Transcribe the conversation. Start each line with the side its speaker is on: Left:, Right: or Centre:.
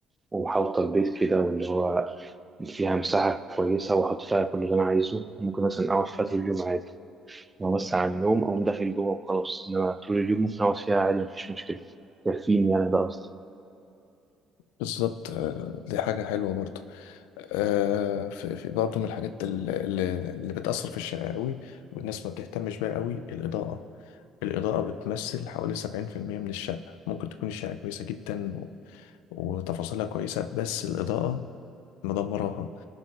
Right: ومحاوطة البيت كده واللي هو فيها مساحة كويسة وأحط فيها كل اللي أنا عايزه ممكن مثلا أقعد فيها طول اليوم عادي لو بس على النوم أقوم داخل جوه وخلاص إنما طول اليوم ممكن أقعد فيها عادي مفيش مشكلة يكفيني يعني ده قصدي.
Left: بالظبط آه، دي حاجة حلوة برضو آه، في في برضو من الحاجات اللي, اللي اللي بتأثر في الشارع قوي والناس ما بتهتمش بيها قوي الإضاءة الإضاءة بتمثل حوالي سبعين في المية من الشقة ممكن تكون الشقة كويسة جدا و- وتفاصيلها كويسة بس الإضاءة مدمراها